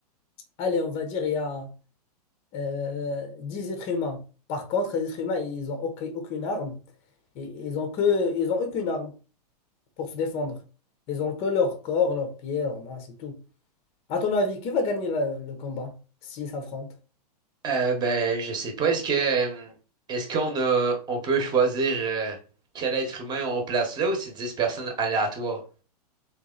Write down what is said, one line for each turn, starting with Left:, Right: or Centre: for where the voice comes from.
Left: allez, on va dire, il y a euh, 10 êtres humains. Par contre, les êtres humains, ils n'ont aucune arme, et, ils ont que, ils ont aucune arme pour se défendre. Ils ont que leur corps, leurs pieds, leurs mains, c'est tout. À ton avis, qui va gagner la- le combat s'ils s'affrontent?
Right: Euh, ben, je sais pas. Est-ce que euh, est-ce qu'on a on peut choisir euh, quel être humain on place là ou c'est 10 personnes aléatoires?